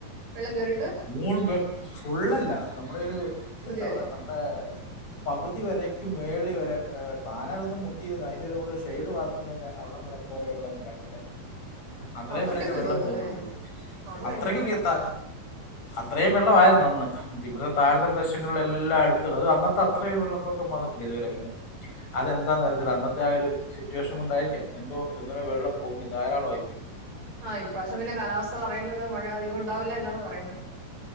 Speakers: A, on the right; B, on the left.
A: വെള്ളം കേയറിട്ട്
B: മൂന്ന് ഫുള്ളല്ല നമ്മുടെ ഒരു- എന്താ
A: വരെ?
B: പറയാ നമ്മടെ പകുതി വെരെക്കും മേളി വരെ ഫാനെലൊന്നും മുട്ടിയിരുന്നു അതിൻ്റെരു ഷെയ്ഡ് വാർക്കുന്നതിന്റെറെ അവിടെവരെ വെള്ളം കേറി അത്രയും
A: ഓ അത്രക്കൊക്കെ
B: വരെയൊക്കെ വെള്ളം
A: കേറും
B: പോയിട്ടുണ്ട്
A: അല്ലേ? അത് ഭയങ്കരമാണല്ലോ.
B: അത്രക്ക് കേത അത്രയും വെള്ള ആയിരുന്നു അന്ന് ഇവിടത്തെ താഴത്തെ പ്രദേശം പിന്നുള്ള എല്ലാടത്തും അത് അന്നത്തെ അത്ര ഒരു വെള്ളപ്പൊക്കം വന്നിട്ടില്ല ഇതുവരെ പിന്നെ അതെന്താന്ന് അറിയത്തില്ല അന്നത്തെ ആ ഒരു സിറ്റുവേഷൻ കൊണ്ടായിരിക്കാം എന്തോ എങ്ങനോ വെള്ളം പോങ്ങി ധാരാളം ആയിപോയി
A: ആഹ ഇപ്രാവശ്യം പിന്നെ കാലാവസ്ഥ പറയുന്നത് മഴ അധികം ഉണ്ടാവില്ല എന്നാണ് പറയുന്നേ